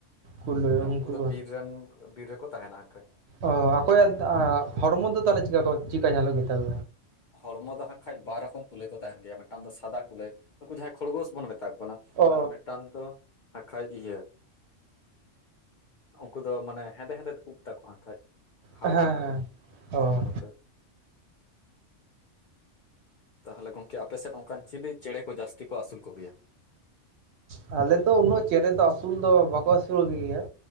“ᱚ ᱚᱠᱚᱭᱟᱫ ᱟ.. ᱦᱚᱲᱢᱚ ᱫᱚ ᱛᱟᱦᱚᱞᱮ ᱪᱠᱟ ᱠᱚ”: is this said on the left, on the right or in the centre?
Right